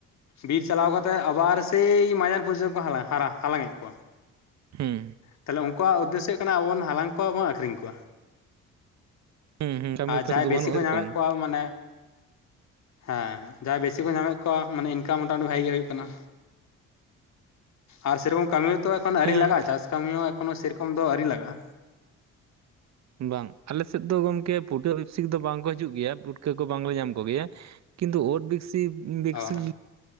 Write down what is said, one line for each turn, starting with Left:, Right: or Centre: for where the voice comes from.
Left: ᱵᱤᱨ ᱪᱟᱞᱟᱣ ᱠᱟᱛᱮᱫ ᱟᱵᱟᱨ ᱥᱮᱭ ᱢᱟᱸᱡᱟᱱ ᱯᱚᱨᱡᱚᱱ ᱠᱚ ᱦᱟᱞᱟᱝ ᱮᱫ ᱠᱚᱣᱟ
Right: ᱦᱮᱸ
Left: ᱛᱟᱦᱞᱮ ᱩᱱᱠᱩᱣᱟᱜ ᱩᱫᱽᱫᱮᱥᱚ ᱦᱩᱭᱩᱜ ᱠᱟᱱᱟ ᱟᱵᱚ ᱵᱚᱱ ᱦᱟᱞᱟᱝ ᱠᱚᱣᱟᱵᱚᱱ ᱟᱠᱷᱨᱤᱧ ᱠᱚᱣᱟ
Right: ᱦᱮᱸ ᱦᱮᱸ ᱠᱟᱹᱢᱤ
Left: ᱟᱨ
Right: ᱛᱚ
Left: ᱡᱟᱦᱟᱸᱭ
Right: ᱫᱚ
Left: ᱵᱮᱥᱤ
Right: ᱵᱟᱹᱱᱩᱜᱼᱟ
Left: ᱠᱚ
Right: ᱥᱮᱨᱚᱠᱚᱢ
Left: ᱧᱟᱢᱮᱫ ᱠᱚᱣᱟ ᱢᱟᱱᱮ ᱦᱮᱸ ᱡᱟᱦᱟᱸᱭ ᱵᱮᱥᱤ ᱠᱚ ᱧᱟᱢᱮᱫ ᱠᱚᱣᱟ ᱢᱟᱱᱮ ᱤᱱᱠᱟᱹᱢ ᱢᱚᱴᱟᱢᱩᱴᱤ ᱵᱷᱟᱜᱤ ᱜᱮ ᱦᱩᱭᱩᱜ ᱠᱟᱱᱟ ᱟᱨ ᱥᱮᱨᱚᱠᱚᱢ ᱠᱟᱹᱢᱤ ᱦᱚᱸ ᱛᱚ ᱮᱠᱷᱚᱱ ᱟᱹᱶᱨᱤ
Right: ᱦᱮᱸ
Left: ᱞᱟᱜᱟᱜ-ᱟ ᱪᱟᱥ ᱠᱟᱹᱢᱤ ᱦᱚᱸ ᱮᱠᱷᱚᱱᱳ ᱥᱮᱨᱚᱠᱚᱢ ᱫᱚ ᱟᱹᱣᱨᱤ ᱞᱟᱜᱟᱜ-ᱟ
Right: ᱵᱟᱝ ᱟᱞᱮᱥᱮᱫ ᱫᱚ ᱜᱚᱝᱠᱮ ᱯᱩᱴᱟᱹ ᱵᱮᱯᱥᱤᱠ ᱫᱚ ᱵᱟᱝ ᱠᱚ ᱦᱤᱡᱩᱜ ᱜᱮᱭᱟ ᱯᱩᱴᱠᱟᱹ ᱠᱚ ᱵᱟᱝᱞᱮ ᱧᱟᱢ ᱠᱚᱜᱮᱭᱟ ᱠᱤᱱᱛᱩ ᱳᱫ ᱵᱮᱵᱥᱤᱠ ᱵᱮᱵᱥᱤᱠ
Left: ᱚ